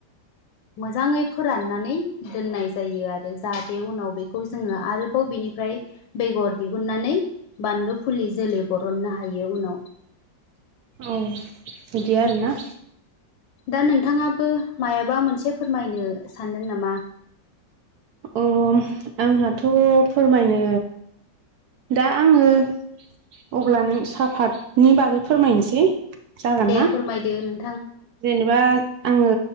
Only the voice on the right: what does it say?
औ बिदि आरो ना?
अ आंहाथ' फोरमायनो दा आङो अब्ला नों साफातनि बागै फोरमायनोसै। जागोन
ना
जेनेबा आङो